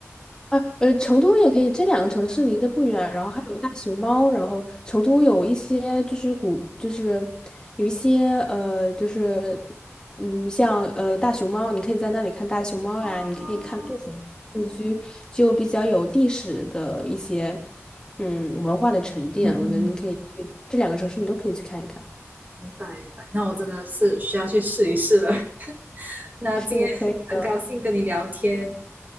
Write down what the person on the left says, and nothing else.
啊，呃，成都也可以，这两个城市离得不远，然后还有大熊猫，然后成都有一些就是古，就是有一些呃，就是嗯，像呃大熊猫，你可以在那里看大熊猫呀，
你可以看杜甫故居，就比较有历史的一些嗯文化的沉淀，
我觉得你可以去这两个城市，
你都可以去看一看。
是可以的，